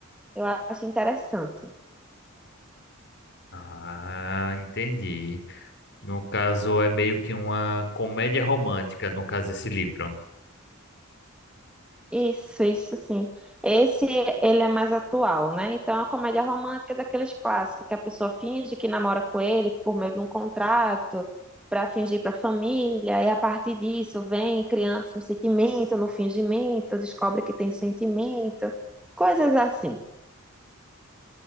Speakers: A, in the centre; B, on the left.
A: eu acho interessante.
B: Ah, entendi. No caso, é meio que uma comédia romântica, no caso, esse livro.
A: Isso, isso sim. Esse ele é mais atual, né? Então, a comédia romântica é daqueles clássicos que a pessoa finge que namora com ele por meio de um contrato para fingir para a família, e a partir disso vem criando-se um sentimento, no fingimento, descobre que tem sentimento, coisas assim.